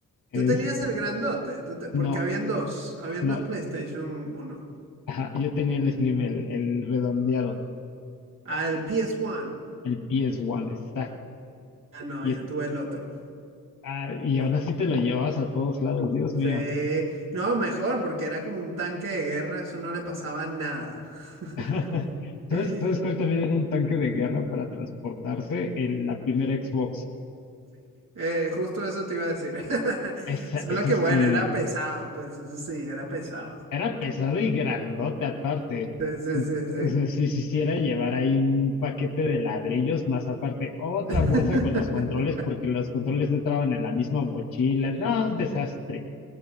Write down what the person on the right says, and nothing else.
Tú tenías el grandote, tú te- porque
habían dos, habían
dos PlayStation 1.
Al PS1.
Ah, no,
yo
tuve el otro.
Yo-
Sí,
no, mejor, porque era como un tanque de guerra, eso no le pasaba nada. <laughs>
Sí,
eh, justo eso te iba a decir. <laughs>
Solo
que
bueno, era pesado, pues eso sí, era pesado.
Sí, sí, sí,
sí.
<laughs>